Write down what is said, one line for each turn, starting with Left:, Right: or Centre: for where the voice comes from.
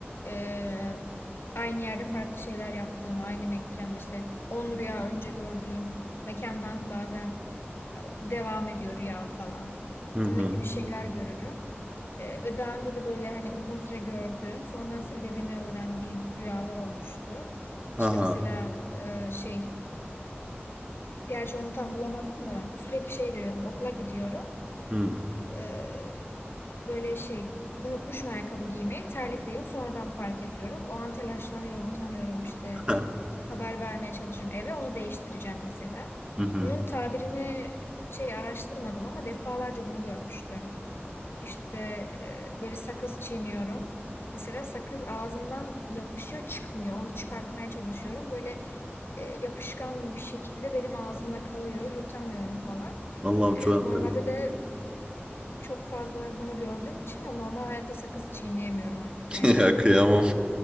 Left: eee, aynı yerde farklı şeyler yaptığım aynı mekanda işte 10 rüya önce gördüğüm mekandan bazen devam ediyor rüya falan.
Right: Hı hı.
Left: Onun gibi şeyler görürüm. Ee, ve daha önce de böyle hani uzun süre gördüğüm, sonradan sebebini öğrendiğim rüyalar olmuştu.
Right: Ha
Left: İşte mesela
Right: ha.
Left: e, şey, gerçi onu tam bulamadım da sürekli şey görüyordum. Okula gidiyorum.
Right: Hı.
Left: Ee, böyle şey, unutmuşum ayakkabı giymeyi, terlikleyeyim sonradan fark ediyorum. O an telaşlanıyorum, utanıyorum işte.
Right: <laughs> Ha.
Left: Haber vermeye çalışıyorum eve, onu değiştireceğim mesela.
Right: Hı hı.
Left: Bunun tabirini şey araştırmadım ama defalarca bunu görmüştüm. İşte e, böyle sakız çiğniyorum. Mesela sakız ağzımdan yapışıyor çıkmıyor. Onu çıkartmaya çalışıyorum. Böyle e, yapışkan bir şekilde benim ağzımda kalıyor. Yutamıyorum falan.
Right: Allah'ım
Left: E,
Right: çok
Left: normalde
Right: enteresan.
Left: de çok fazla bunu gördüğüm için de normal hayatta sakız çiğneyemiyorum artık
Right: <laughs>
Left: yani.
Right: Ya kıyamam.